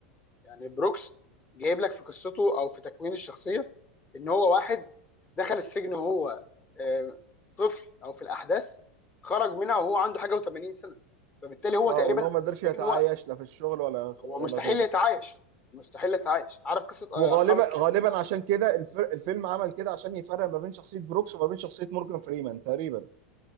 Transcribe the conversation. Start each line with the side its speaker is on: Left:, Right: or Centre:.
Left: يعني بروكس جايب لك في قصته او في تكوين الشخصيه ان هو واحد دخل السجن وهو آه، طفل او في الاحداث خرج منها وهو عنده حاجه و80 سنه فبالتالي هو
Right: اه
Left: تقريبا
Right: وان هو ما قدرش
Left: السجن
Right: يتعايش
Left: هو
Right: لا في الشغل ولا
Left: هو
Right: ولا
Left: مستحيل
Right: غيره
Left: يتعايش مستحيل يتعايش عارف قصه آه،
Right: وغالبا
Left: اصحاب الكهف
Right: غالبا
Left: كده
Right: عشان كده الفر... الفيلم عمل كده عشان يفرق ما بين شخصيه بروكس وما بين شخصيه مورجان فريمان تقريبا